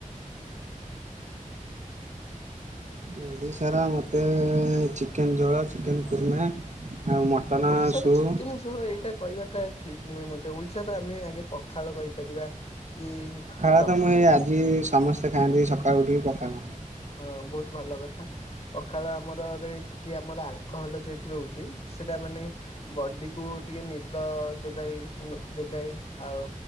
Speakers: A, on the left (about 50°); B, on the right (about 60°).
A: <unintelligible>
B: ଓଡ଼ିଶାର ମୋତେ ଚିକେନ୍ ଝୋଳ ଚିକେନ୍ କୁର୍ମା। ଆଉ ମଟନ
A: ଓଡିଶାର
B: ସୁପ୍
A: ଚିକେନ୍ ଝୋଳ ଏଇଟା କହିବାଟା ଠିକ୍ ନୁହେଁ ମତେ ଓଡିଶାର ଆମେ ଆଗେ ପଖାଳ କହିପାରିବା। କି
B: ଖାଅ
A: ରସ୍
B: ତମେ ଆଜି ସମସ୍ତେ ଖାଆନ୍ତି ସକାଳୁ ଉଠି ପଖାଳ।
A: ହଁ ବହୁତ ଭଲ କଥା ପଖାଳ ଆମର ରେ ଟିକେ ଆମର ଆଲକୋହଲ ଯେହେତୁ ରହୁଛି ସେଇଟା ମାନେ ଇଁ ବଡିକୁ ଟିକେ ନିଦ ଯୋଗାଇ ଉ ଯୋଗାଏ ଆଉ